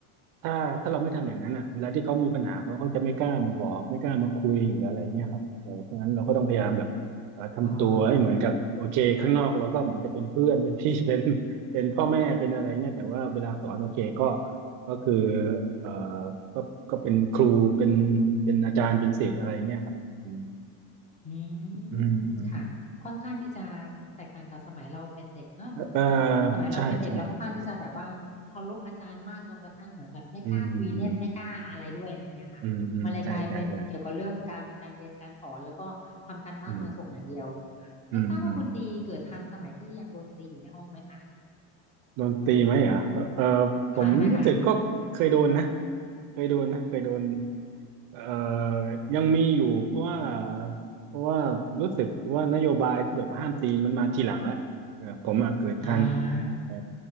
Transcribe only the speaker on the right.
ถ้าถ้าเราไม่ทำอย่างนั้นอ่ะเวลาที่เขามีปัญหาเขาเขาจะไม่กล้ามาบอกไม่กล้ามาคุยหรืออะไรเงี้ยครับเออเพราะงั้นเราก็ต้องพยายามแบบเอ่อทำตัวให้เหมือนกับโอเคข้างนอกเราก็เหมือนจะเป็นเพื่อนเป็นพี่
<laughs> เป็นเป็นพ่อแม่เป็นอะไรเงี้ยแต่ว่าเวลาสอนโอเคก็ ก็คือเอ่อก็ก็เป็นครูเป็นเป็นอาจารย์ เป็นศิษย์อะไรเงี้ยครับอืม
อืมอืม
เอ่อใช่ใช่อืมอืมอืมอืมใช่ใช่ใช่อืมอืมอืม
โดนตีไหมเหรอเอ่อผมรู้สึกก็เคยโดนนะ
เคยโดนนะเคยโดนเอ่อยังมีอยู่เพราะว่าเพราะว่ารู้สึกว่านโยบายที่แบบห้ามตีมันมาทีหลังแล้วเออผมอะเกิดทัน
เออ